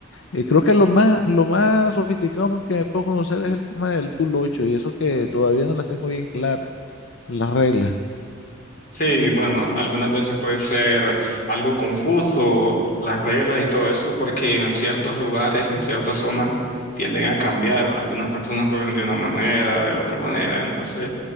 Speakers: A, on the left; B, on the left.
A: eh, creo que lo más, lo más sofisticado que me puedo conocer es el tema del pool ocho y eso que todavía no las tengo bien claras, las reglas.
B: Sí, bueno, algunas veces puede ser algo confuso las reglas y todo eso, porque en ciertos lugares, en ciertas zonas, tienden a cambiar. Algunas personas juegan de una manera, de otra manera, entonces